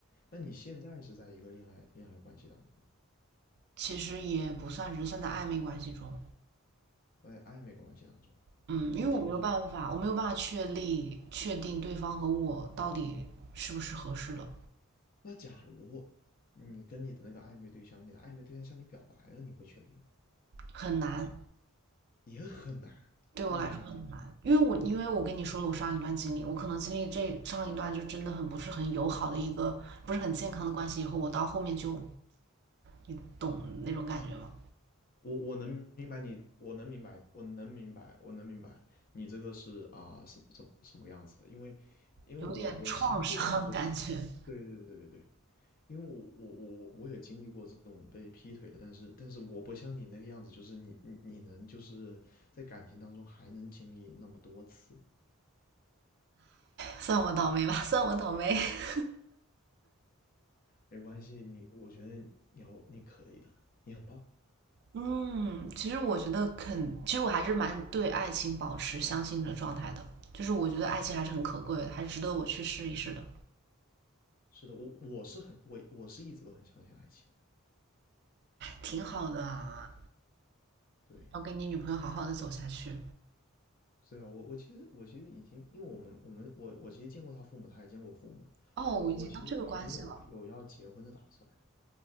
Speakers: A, on the left; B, on the right.
A: 那你现在是在一个恋爱恋爱关系当中，
B: 其实也不算，只是算在暧昧关系中。
A: 在暧昧关系当中，
B: 嗯，因为我没有办法，
A: 那挺好。
B: 我没有办法确立确定对方和我到底是不是合适的，
A: 那假如你跟你的那个暧昧对象，你的暧昧对象向你表白了，你会确立吗？
B: 很难，
A: 也很难。
B: 对我来说很难。
A: 我勒个天！
B: 因为我因为我跟你说了我上一段经历，我可能经历这上一段就真的很不是很友好的一个不是很健康的关系，以后我到后面就你懂那种感觉吗？
A: 我我能明白你，我能明白，我能明白，我能明白你这个是啊、什么什么什么样子的？因为因为我我相对来说，
B: 有点创伤感觉，
A: 对对对对对，因为我我我我也经历过这种被劈腿的，但是但是我不像你那个样子，就是你你你能就是在感情当中还能经历那么多次，
B: 算我倒霉吧，算我倒霉。<laughs>
A: 没关系，你我觉得你要你可以的，你很棒。
B: 嗯，其实我觉得肯，其实我还是蛮对爱情保持相信的状态的，就是我觉得爱情还是很可贵的，还是值得我去试一试的，
A: 是的，我我是很我我是一直都很相信爱情的，
B: 挺好的啊，
A: 对。
B: 要跟你女朋友好好的走下去。
A: 所以啊，我我其实我其实已经，因为我们我们我我其实见过他父母，他也见过我父母，
B: 哦，
A: 我我其实已经有有要结婚的打算了
B: 已经到这个关系了，